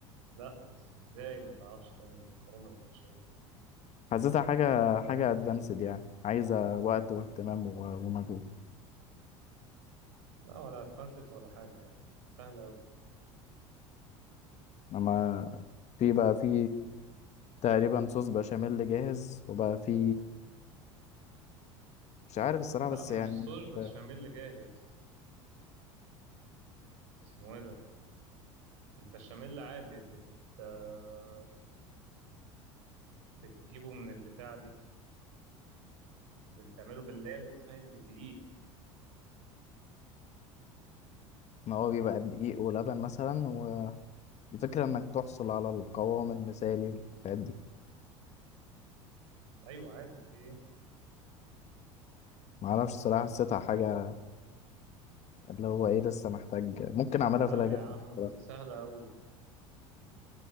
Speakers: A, on the right; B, on the left.
A: لا بس ازاي ما تعرفش تعمل مكرونة بالبشاميل
B: حسيتها حاجة حاجة ادفانسد يعني عايزة وقت واهتمام و- ومجهود
A: لا ولا اتفنست ولا حاجة يعني سهلة أوي
B: اما في بقى في تقريبا صوص بشاميل جاهز وبقى في مش عارف الصراحة
A: لا
B: بس
A: مش
B: يعني
A: صوص بشاميل
B: انك
A: جاهز هو اسمه ايه ده البشاميل عادي بت آه، بتجيبه من البتاع دي بتعمله باللي هي اللي اسمها ايه دي؟ بالدقيق
B: ما هو بيبقى دقيق ولبن مثلا والفكرة انك تحصل على القوام المثالي والحاجات دي
A: ايوه عادي في ايه
B: معرفش الصراحة حسيتها حاجة اللي هو ايه لسه محتاج ممكن اعملها
A: لا
B: في الاجازة
A: يا عم
B: الصراحة.
A: دي سهله قوي